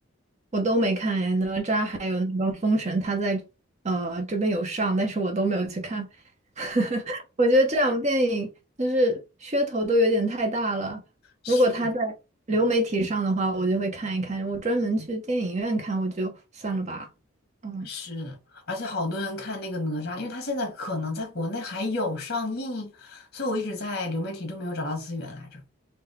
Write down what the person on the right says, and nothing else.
我都没看哎，哪吒还有那个封神，他在呃这边有上，但是我都没有去看。<laughs> 我觉得这两部电影就是噱头都有点太大了，
如果他在流媒体上的话，我就会看一看。我专门去电影院看，我就算了吧。嗯，